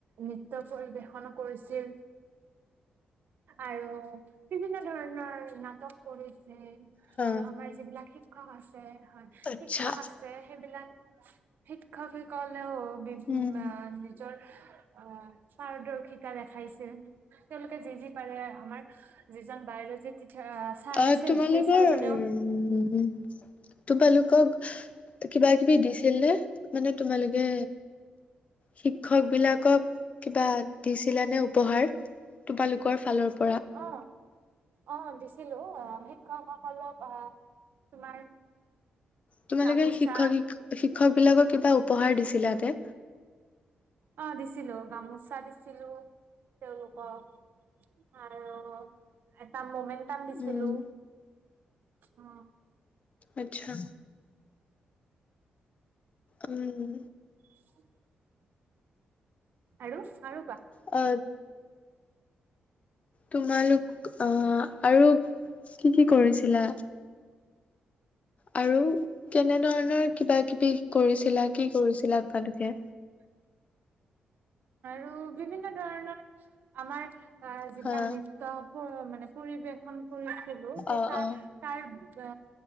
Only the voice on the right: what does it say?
নৃত্য পৰিবেশন কৰিছিল আৰু বিভিন্ন ধৰণৰ নাটক কৰি ছিল
আৰু আমাৰ যিবিলাক সে শিক্ষক আছে হয় শিক্ষক
আছে সেইবিলাক শিক্ষক শিক্ষ য়িত্ৰীয়েও বিভিন্ন
এ নিজৰ অ পাৰদৰ্শিতা দেখাইছিল তেওঁলোকে যি-যি পাৰে আমাৰ যিজন বায়লজি তেতিয়া ছাৰ
আছিল
সেই ছাৰজনেও
অ। অ, দিছিলো অ, শিক্ষকসকলক অ, তোমাৰ
গামোচা
অ, দিছিলো গামোচা দিছিলো তেওঁলোকক, আৰু এটা মমেন্ট টান দিছিলো।
অ।
<inaudible> আৰু, আৰু কোৱা?
আৰু বিভিন্ন ধৰণৰ, আমাৰ অ, যিবিলাক
নৃত্য পৰ মানে পৰিৱেশ খন কৰিছিলো সেই,
তাৰ-তাৰ
অ,